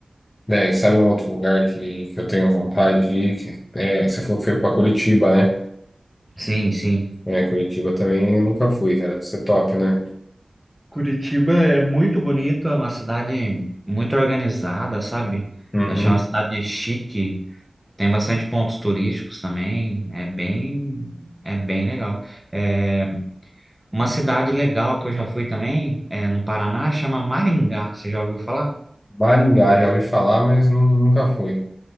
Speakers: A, on the left; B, in the centre.
A: Daí, sabe um outro lugar que, que eu tenho vontade de ir? Que, é, você falou que foi pra Curitiba, né?
B: Sim, sim.
A: É, Curitiba também eu nunca fui, cara. Isso é top, né?
B: Curitiba é muito bonito, é uma cidade muito organizada, sabe?
A: Uhum.
B: Eu Achei uma cidade chique, tem bastante pontos turísticos também, é bem, é bem legal. É, uma cidade legal que eu já fui também, é, no Paraná, chama Maringá, você já ouviu falar?
A: Maringá, já ouvi falar, mas nu- nunca fui. O